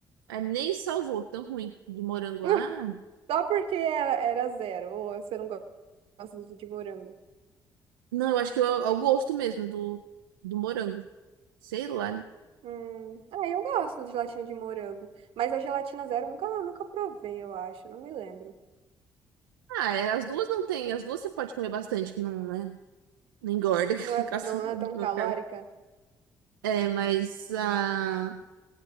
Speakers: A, on the right (about 75°); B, on the right (about 55°).
A: aí nem salvou, tão ruim, de morango.
B: <laughs>
A: Ah.
B: Só porque era, era zero, ou você não gosta de morango.
A: Não, eu acho que é o é o gosto mesmo do, do morango. Sei lá.
B: Hum, ah, eu gosto de gelatina de morango, mas a gelatina zero eu nunca, nunca provei, eu acho, não me lembro.
A: Ah, é, as duas não tem. As duas você pode comer bastante, que não, né, não engorda, <laughs> que
B: Não é,
A: no caso,
B: não, não
A: no
B: é tão
A: meu
B: calórica?
A: caso. É, mas a,